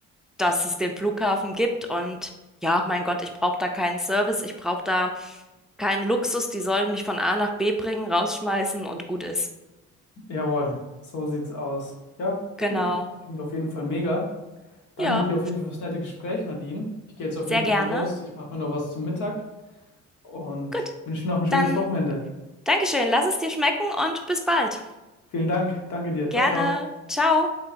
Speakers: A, in the centre; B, on the left (about 75°).
A: dass es den Flughafen gibt. Und ja, mein Gott, ich brauche da keinen Service, ich brauche da keinen Luxus. Die sollen mich von A nach B bringen, rausschmeißen und gut ist.
B: Jawohl, so sieht's aus. Ja,
A: Genau.
B: cool. Klingt auf jeden Fall mega. Danke
A: Ja,
B: dir auf jeden Fall fürs nette Gespräch, Nadine. Ich gehe jetzt auf
A: sehr
B: jeden
A: gerne.
B: Fall los. Ich mache mir noch was zum Mittag und
A: Gut,
B: wünsche dir noch ein schönes
A: dann
B: Wochenende.
A: Dankeschön. Lass es dir schmecken und bis bald.
B: Vielen Dank. Danke dir. Ciao,
A: Gerne.
B: ciao.
A: Ciao.